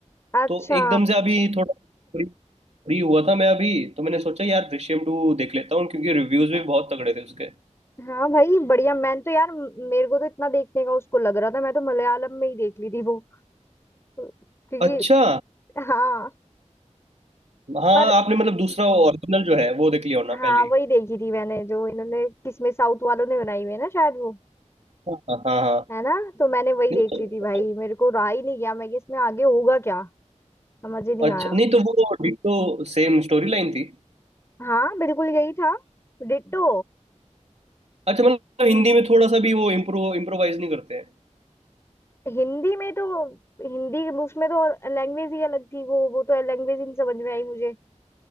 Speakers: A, on the left; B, on the right.
A: अच्छा
B: तो एकदम से अभी थोड़ा फ्री फ्री हुआ था मैं अभी तो मैंने सोचा यार दृश्यम टू देख लेता हूँ क्योंकि रिव्यूज भी बहुत तगड़े थे उसके
A: हाँ भाई बढ़िया मैंने तो यार म- मेरे को तो इतना देखने का उसको लग रहा था मैं तो मलयालम में ही देख ली थी वो क्योंकि
B: अच्छा
A: हाँ
B: हाँ
A: पर
B: आपने मतलब दूसरा ओरिजिनल जो है वो देख लिया होना
A: हाँ
B: पहले
A: वही देखी थी मैंने जो इन्होंने किसमें साउथ वालों ने बनाई हुई है ना शायद वो
B: हाँ हाँ हाँ।
A: है ना तो मैंने वही
B: नहीं
A: देख ली
B: तो-
A: थी भाई मेरे को रहा ही नहीं गया मैं कि इसमें आगे होगा क्या समझ ही नहीं
B: अच्छा
A: आया
B: नहीं तो वो डिट्टो सेम स्टोरी लाइन थी
A: हाँ बिल्कुल यही था डिट्टो
B: अच्छा मतलब हिंदी में थोड़ा सा भी वो इम्प्रो इम्प्रोवाइज नहीं करते हैं
A: हिंदी में तो हिंदी उसमें तो लैंग्वेज ही अलग थी वो वो तो लैंग्वेज ही नहीं समझ में आई मुझे